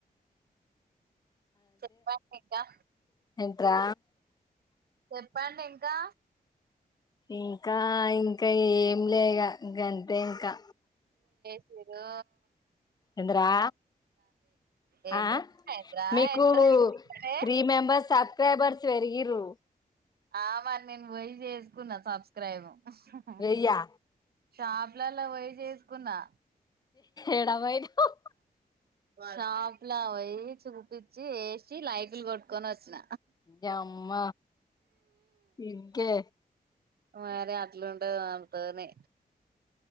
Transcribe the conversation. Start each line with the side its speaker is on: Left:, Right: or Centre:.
Right: చెప్పండి ఇంకా
Left: త్ర
Right: చెప్పండి ఇంకా
Left: ఇంకా ఇ ఇంకా ఏం లే కి గంతే ఇంకా
Right: తిరూ
Left: ఎందరా
Right: ఏంద్రా
Left: ఆ
Right: ఏంద్రా
Left: మీకు
Right: ఏంద్రా
Left: త్రీ మెంబర్స్ సబ్స్క్రైబర్స్ పెరిగిరూ
Right: ఆ మరి నేను పోయి చేసుకున్నా సబ్స్క్రైబ్ హాహా
Left: వెయ్యా
Right: షాప్లలో పోయి చేసుకున్నా
Left: ఏడ పోయినవ్
Right: షాప్ లా పోయి చూపించి వేసి లైకులు కొట్టుకొని వచ్చిన
Left: యమ్మ ఇంకే
Right: వేరే అట్లుంటదా తోనే